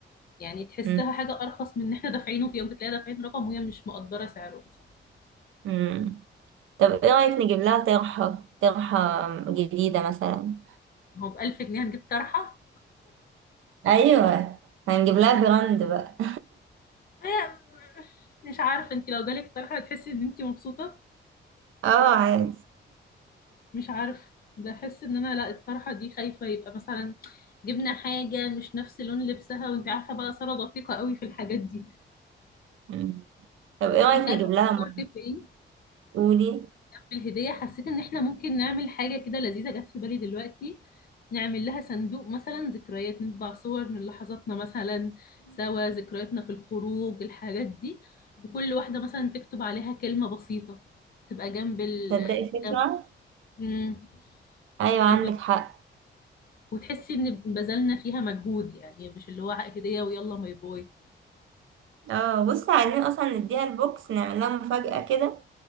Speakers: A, on the left; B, on the right.
A: يعني تحسها
B: مم.
A: حاجة أرخص من إن إحنا دافعينه في يوم بتلاقي دافعين رقم وهي مش مقدرة سعره مثلا
B: مم. طب ايه رأيك نجيب لها طرحة طرحة جديدة مثلا
A: هو بألف جنيه هنجيب طرحة
B: ايوه هنجيب لها براند بقى
A: آه، مش عارفة أنت لو جالك طرحة هتحسي إن أنت مبسوطة
B: <laughs> اه عادي
A: مش عارف بحس إن أنا لا الطرحة دي خايفة يبقى مثلا جبنا حاجة مش نفس لون لبسها وأنت عارفة بقى سارة دقيقة قوي في الحاجات دي
B: مم. طب ايه رأيك
A: أنت عارفة
B: نجيب لها م-
A: فكرت في إيه؟
B: قولي
A: الهدية حسيت ان احنا ممكن نعمل حاجة كده لذيذة جت في بالي دلوقتي نعمل لها صندوق مثلا ذكريات نطبع صور من لحظاتنا مثلا سوا ذكرياتنا في الخروج الحاجات دي وكل واحدة مثلا تكتب عليها كلمة بسيطة تبقى جنب ال
B: تصدقي فكرة
A: جنب مم.
B: ايوه عندك
A: جنب ال...
B: حق
A: وتحسي ان بذلنا فيها مجهود يعني مش اللي هو هدية ويلا باي باي
B: اه بصي عايزين اصلا نديها البوكس نعمل لها مفاجأة كده